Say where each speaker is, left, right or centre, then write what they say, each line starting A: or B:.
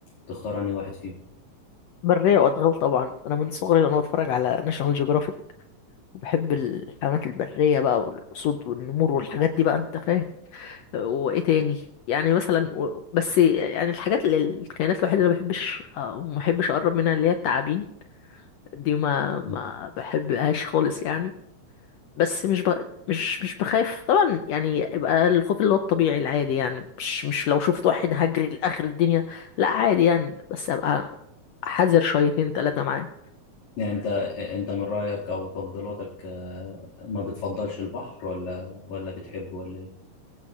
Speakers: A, on the left; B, on the left.
A: تختار أنهي واحد فيهم
B: برية وادغال طبعا انا من صغري وانا بتفرج على ناشونال جيوغرافيك وبحب الحيوانات البرية بقى والأسود والنمور والحاجات دي بقى أنت فاهم وإيه تاني يعني مثلا و- بس يعني الحاجات اللي الكائنات الوحيدة اللي ما بحبش آه، ما بحبش أقرب منها اللي هي التعابين دي ما ما
A: مم.
B: بحبهاش خالص يعني بس مش ب... مش مش بخاف طبعا يعني يبقى الخوف اللي هو الطبيعي العادي يعني مش مش لو شفت واحد هجري لآخر الدنيا لا عادي يعني بس أبقى حذر شويتين تلاتة معاه
A: يعني أنت أنت من رأيك أو تفضيلاتك آه، ما بتفضلش البحر ولا ولا بتحبه ولا إيه؟